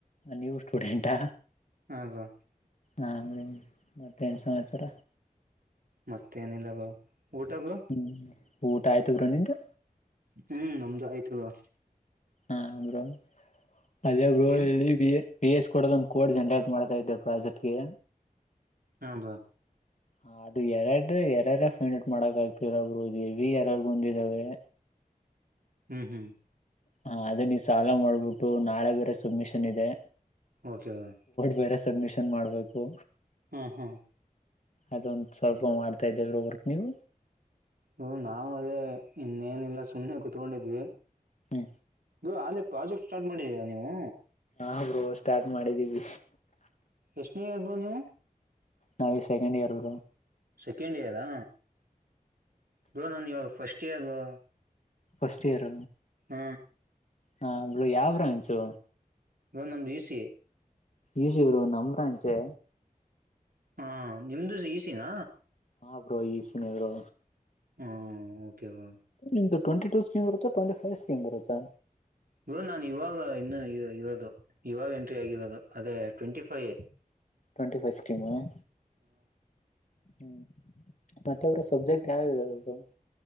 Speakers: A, on the left (about 50°); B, on the right (about 80°).
A: ನೀವು ಸ್ಟೂಡೆಂಟ್
B: ಹ ಬ್ರೋ
A: ಹಮ್ರ ಮಟೆ ಸಮಾಚರ
B: ಮತ್ತೆ ಏನಿಲ್ಲ ಬ್ರೋ ಊಟ ಬ್ರೋ
A: ಹೂ ಊಟ ಆಯ್ತು ಬ್ರೋ ನಿಮ್ದು
B: ಹೂ ನಮ್ದು ಆಯ್ತು ಬ್ರೋ
A: ಹಾ ಬ್ರೋ ಅದೇ
B: ಏನ್
A: ಇಿ ಬಿ ಎ ಪಿ ಎಸ್ ಕೊಡದ ಒಂದ್ ಕೋಡ್ ಜನರೇಟ್ ಮಾಡ್ತಾ ಇದ್ದೆ ಪ್ರಾಜೆಕ್ಟ್ಗೆ
B: ಹೌದ
A: ಹ ಅದು ಎರಡು ಎರಾರಫ್ ಮಿನಟ್ ಮಾಡಕ್ ಆಗ್ತಿರಬ್ರು ಎವಿ ಯರಾರ್ ಬಂದಿದಾವೆ
B: ಹ್ಮ್ ಹ್ಮ್
A: ಹ ಅದೇ ನೀ್ ಸಾಲ ಮಾಡ್ಬಿಟ್ಟು ನಾಳೆ ಬೇರೆ ಸಬ್ಮಿಷನ್ ಇದೆ
B: ಓಕೆ ಬ್ರೋ
A: ಬೇರೆ ಸಡ್ಮಿಷನ್ ಮಾಡ್ಬೇಕು
B: ಹಾ ಹಾ
A: ಅದೊಂದು ಸ್ವಲ್ಪ ಮಾಡ್ತಾಯ ಇದಿದ್ದೇವೆ ರೊಬರ್ಕ ನೀವು
B: ಹ ನಾವವು ಅದೇ ಇನ್ನೇನಿಲ್ಲ ಸುಮ್ನೆ ಕುೂತ್ಕೊಂಡಿದ್ವಿ
A: ಹ್ಮ
B: ಇ ಅಲ್ಲೇ ಪ್ರಾಜೆಕ್ಟ್ ಸ್ಟಾರ್ಟ್ ಮಾಡಿದೀರಾ ನೀವು
A: ನಾಬ್್ರೋ ಸ್ಟಾರ್ಟ್ ಮಾಡಿದ್ದೀವಿ
B: ಎಷ್ಟ್ಮ ಇರ್ಬೋ ನೀ
A: ನಾವ ಸೆಕೆ್ ಇರ್ರು
B: ಸೆಕೆಂಡ್ ಇಯರಾ ಇದು ನಾನು ಇವಾಗ ಫಸ್ಟ್ ಇಯರ್ದು
A: ಫಸ್ಟ್ ಇಯರ್
B: ಹ್ಮ
A: ಹಾಬ್ರು ಯಾವ್ ಬ್ರಾಂಚು
B: ಇದನ್ನೊಂದು ಇಸಿ
A: ಈಶವರು ನಮ್ರಾಂಚೆ
B: ಹಾ ನಿಮ್ದು ಈಸಿನ
A: ಮಾ ಬ್ರೋ ಈಸಿನ ಬ್ರೋ
B: ಹ ಓಕೆ ಬ್ರೋ
A: ನಿಮ್ಮದು ಟ್ವೆಂಟಿಟು ಸ್ಕೀಮ್ ಬರುತ್ತಾ. ಟ್ವೆಂಟಿಫೈವ್ ಸ್ಕೀಮ್ ಬರುತ್ತಾ.
B: ಬ್ರೋ ನಾನು ಇವಾಗ ಇನ್ನು ಇರೋದು ಇವಾಗ ಎಂಟ್ರಿ ಆಗಿರೋದು ಅದೇ ಟ್ವೆಂಟಿ ಫೈವ್ ಎ
A: ಟ್ವೆಂಟಿಫೈವ್ ಸ್ಕೀಮ್ ಆ ಹು ಪ್ಚ್ ಮತ್ತೆ ಅವರ ಸಬ್ಜೆಕ್ಟ್ ಯಾವ ಯಾವ ಹೇಳಿದ್ರು ಬ್ರೋ.